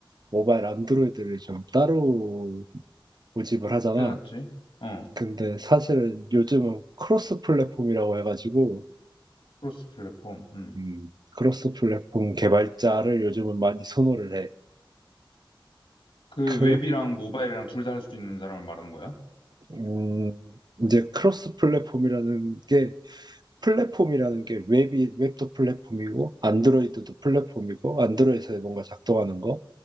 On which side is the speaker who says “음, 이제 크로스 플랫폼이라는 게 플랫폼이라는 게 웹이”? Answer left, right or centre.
Right